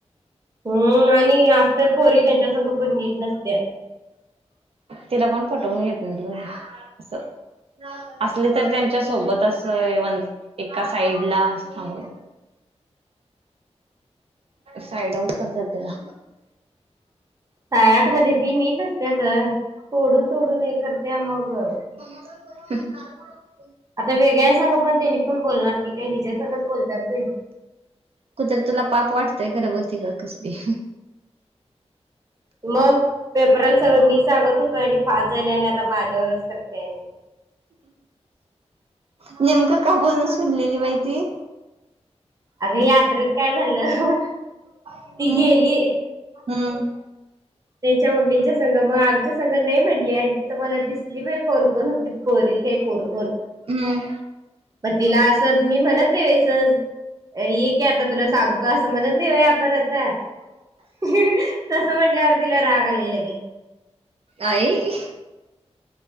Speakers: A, on the right; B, on the right.
A: हम्म आणि असत्याात पोरी त्यांच्या संगपण नीट नसत्या.
B: तिला कोण पटवून घेत ना तू असं. असली तर त्यांच्या सोबत असव एका साईड ला थांबून.
A: <inaudible>
B: साईड आउट करतात तिला.
A: सायाठ मध्ये ती नीट नसत्या ग तोडून तोडून हे करत्या मग.
B: <unintelligible>
A: आता वेगळ्या संग पण त्यांनी पण बोलणार की काय हिज्या संगच बोलतात होय.
B: कुत्र तुला पाप वाटतंय खर बग की कसली
A: मग पेपरला सगळं मी सांगत होतो आणि पास झाले आणि आता माझ्यावरच करते आणि
B: नेमकं का बोलणं सुडलेली माहिती.
A: अगं यात्रेत काय झालं
B: हम्म
A: ती गेली.
B: हम्म.
A: त्यांच्या मम्मीच्या संग मग आमच्या संग नाही म्हटली आणि तिथं मला दिसली म्ह कोण कोण होती पोरी काय कोण कोण.
B: हम्.
A: प तिला असं मी म्हणत नाहीस ये की आता तुला सांगतो अस म्हणत नाही पर तस म्हटल्यावर. तिला रागाला लगे
B: आई